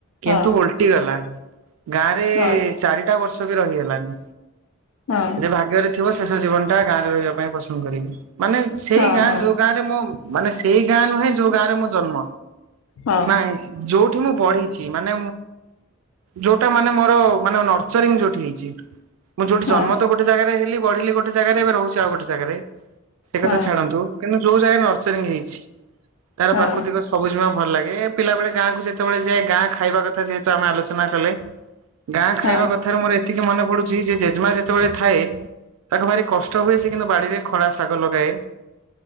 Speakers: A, on the right (about 90°); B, on the left (about 70°).
A: କିନ୍ତୁ
B: ହଁ
A: ଗଲା ଗାଁ ରେ
B: ହଁ
A: ଚାରିଟା ବର୍ଷ ବି ରହିଗଲଣିି।
B: ହଁ
A: ଯଦି ଭାଗ୍ୟରେ ଥିବ ଶେଷ ଜୀବନ ଟା ଗାଁରେ ରହିବା ପାଇଁ ପସନ୍ଦ କରିବି ମାନେ ସେଇ
B: ହଁ
A: ଗାଁ
B: ହଁ
A: ଯୋଉ ଗାଁ ରେ ମୁଁ ମାନେ ସେଇ ଗାଁ ନୁହେଁ ଯୋଉ ଗାଁରେ ମୁଁ ଜନ୍ମ
B: ହଁ
A: ନାଇଁ ଯୋଉଠି ମୁଁ ପଢିଛି ମାନେ ଯୋଉଟା ମାନେ ମୋର ମାନେ ନର୍ସରିଙ୍ଗଯୋଉଠି ହେଇଛି। ମୁଁ ଯୋଉଠି
B: ହଁ
A: ଜନ୍ମ ତ ଗୋଟେ ଜାଗାରେ ହେଲି ବଢିଲି ଗୋଟେ ଜାଗାରେ ଏବେ ରହୁଛି ଆଉ ଗୋଟେ ଜାଗାରେ। ସେ କଥା
B: ହଁ
A: ଛାଡନ୍ତୁ କିନ୍ତୁ ଯୋଉ ଜାଗା ନର୍ଚରିଂ ହେଇଛି। ତାର
B: ହଁ
A: ପ୍ରାକୃତିକ ସବୁଜିମା ଭଲ ଲାଗେ ପିଲାବେଳେ ଗଁକୁ ଯେତେବେଳେ ଯାଏ ଗାଁ ଖାଇବା କଥା ଯେ ଆମେ ଆଲୋଚନା କଲେ ଗାଁ ଖାଇବା
B: ହଁ ହଁ
A: କଥାରେ ମୋର ଏତିକି ମନେ ପଡୁଛି ଯେ ଜେଜମା ଯେତେବେଳେ ଥାଏ ତାକୁ ଭାରି କଷ୍ଟ ହୁଏ, ସେ କିନ୍ତୁ ବାଡିରେ ଖରା ଶାଗ ଲଗାଏ